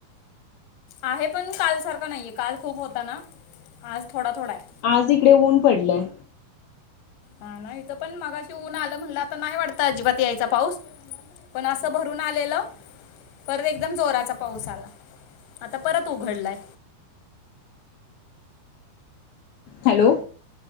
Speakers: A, on the left; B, on the left.
A: आहे पण कालसारखं नाहीये काल खूप होता ना आज थोडा थोडा आहे.
B: आज इकडे ऊन पडलंय.
A: हा नाही इथं पण मागाशी ऊन आलं म्हणलं आता नाही वाटतं अजिबात यायच पाऊस पण असं भरून आलेलं परत एकदम जोरा च्या पाऊस आला आता परत उघडलाय.
B: हॅलो.